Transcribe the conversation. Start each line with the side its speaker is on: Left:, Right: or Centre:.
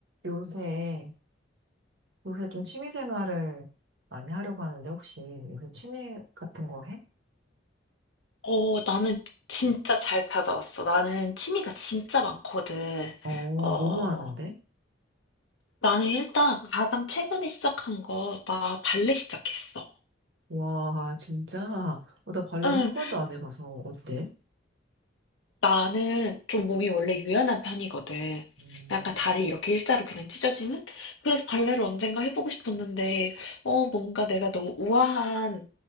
Right: 요새, 요새 좀 취미 생활을 많이 하려고 하는데, 혹시 요새 취미 같은 거 해?
Left: 어 나는 진짜 잘 찾아왔어. 나는 취미가 진짜 많거든.
Right: 어,
Left: 어
Right: 뭐뭐 하는데?
Left: 나는 일단 가장 최근에 시작한 거 나 발레 시작했어.
Right: 와, 진짜. 어, 나 발레는
Left: 응.
Right: 한 번도 안 해봐서 어때?
Left: 나는 좀 몸이 원래 유연한 편이거든.
Right: 음,
Left: 약간 다리 이렇게 일자로 그냥 찢어지는? 그래서 발레를 언젠가 해보고 싶었는데, 어, 뭔가 내가 너무 우아한